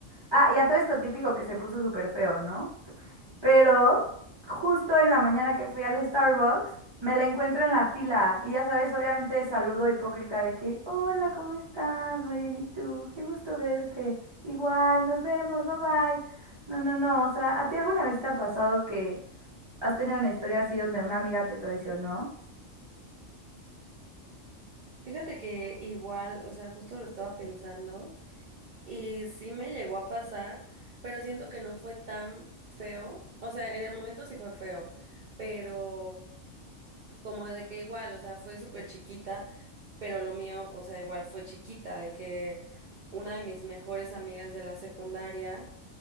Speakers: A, on the right; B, on the right.
A: Ah, y a todo esto típico que se puso súper feo, ¿no? Pero justo en la mañana que fui al Starbucks, me la encuentro en la fila y ya sabes, obviamente saludo hipócrita de que, hola, ¿cómo estás? Muy bien, ¿y tú? Qué gusto verte. Igual, nos vemos, bye bye. No, no, no, o sea, ¿a ti alguna vez te ha pasado que has tenido una historia así donde una amiga te traicionó?
B: Fíjate que igual, o sea, justo lo estaba pensando y sí me llegó a pasar, pero siento que no fue tan feo. O sea, en el momento sí fue feo, pero como de que igual, o sea, fue súper chiquita, pero lo mío, o sea, igual fue chiquita, de que una de mis mejores amigas de la secundaria